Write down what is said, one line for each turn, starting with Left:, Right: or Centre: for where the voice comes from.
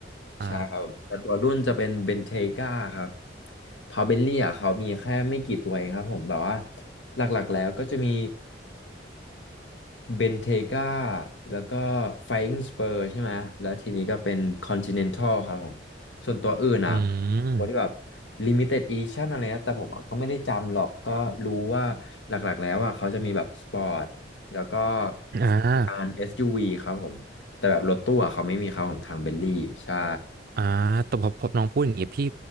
Right: อ่า
Left: ใช่ครับแต่ตัวรุ่นจะเป็นเบนเทกาครับเพราะเบนลี่อะเขามีแค่ไม่กี่ตัวเองครับผมแบบว่าหลักๆแล้วก็จะมี เบนเทกาแล้วก็ไฟอิงสเปอร์ใช่ไหมแล้วทีนี้ก็เป็นคอนติเนนทัลครับผมส่วนตัวอื่นอ่ะ
Right: อืม
Left: ตัวที่แบบลิมิเต็ดอีดิชั่นอะไรนะแต่ผมอะก็ไม่ได้จำหรอกก็รู้ว่าหลักๆแล้วอ่ะเขาจะมีแบบสปอร์ตแล้วก็
Right: อ่า
Left: การ SUV ครับผมแต่แบบรถตู้อะเขาไม่มีครับผมทางเบลลี่ใช่
Right: อ่าแต่พอพอน้องพูดอย่างเงี้ยพี่